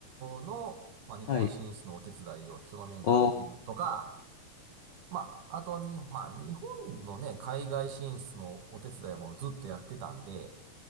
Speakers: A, on the right; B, on the left.
A: の、まあ、日本進出のお手伝いを人の面からできるとか、
B: はい。おー、
A: まあ、あとに、まあ、日本のね、海外進出のお手伝いもずっとやってたんで、